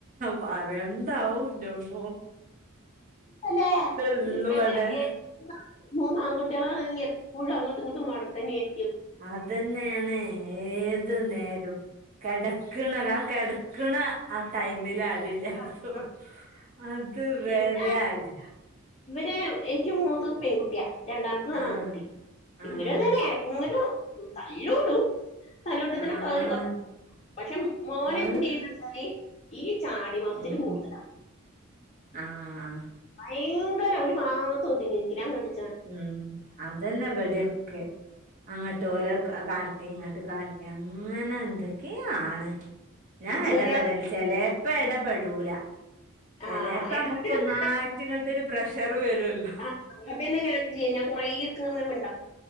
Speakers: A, on the right; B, on the left.
A: പറെൻണ്ട ഹൗ ന്റെമ്മോ
B: അല്ല
A: ഉള്ളൂ
B: ഞാൻ ങ്ങനെ
A: ഇവടെ
B: കേ മൂന്നാങ്കുട്ടിയാളാണെങ്കി എപ്പൊഴും അങ്ങട്ടും ഇങ്ങട്ടും വഴക്കെന്നെ ഏയ്രിക്കും
A: അതെന്നേണ് ഏത് നേരോം കടക്ക്ണരാ കെട്ക്ക്ണ ആ ടൈമില ടി ഇല്ല്യത്തൊള്ളൂ
B: ആ ആ
A: അത് വെരെ
B: ഇവിടെ
A: അടിയാ
B: ഇവര് എനിക്ക് മൂത്തത് പെൺകുട്ടിയാ രണ്ടാമത്തതാണ്
A: ആഹ്
B: ആൺകുട്ടി
A: ആഹ്
B: ഇവര് ഇത്‌ തന്നെ എടക്ക്ങ്ങനു തല്ലൂടും തല്ലുട്ടത്തിനൊക്കെ
A: ആഹ്
B: ഓര് പക്ഷെ മോനെന്ത്യ്യുംന്ന്ചാല്
A: അഹ്
B: ഈ ചാ ടി മർച്ചില്
A: ഉം
B: കൂടുതലാ
A: ആഹ്
B: ഭയങ്കര ഒരു ഭാത്ത് ഒതുങ്ങിയിരിക്കില്ല അങ്ങട്ട്
A: ഉം അതെന്നെ ഇവടിയൊക്കെ അങ്ങോട്ട് ഓലെ കാട്ടി ഇങ്ങ ട്ട് കാട്ടി അങ്ങനെ എന്തക്കേയാണ് ഞാൻ
B: ചെറിയ
A: എടപെടല് ചെലേപ്പോ എടപെടൂല ചെലേപ്പൊ
B: ആ ഇടപെട്ടിട്ട്
A: അമ്മക്ക് ഒന്നായിറ്റ്ങ്ങട്ടൊരു പ്രഷർ വെരൊല്ലോ
B: ആഹ് അങ്ങൻതന്നെ ഞാനും ചെയ്യല് ഞാൻ കൊറേക്കെങ്ങനെ മിണ്ടാ